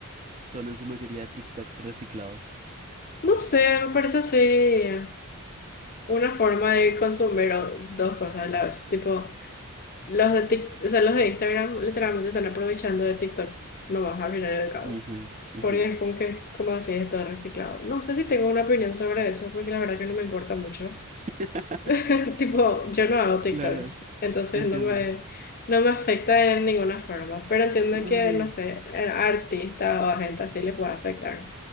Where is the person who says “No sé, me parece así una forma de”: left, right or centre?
Left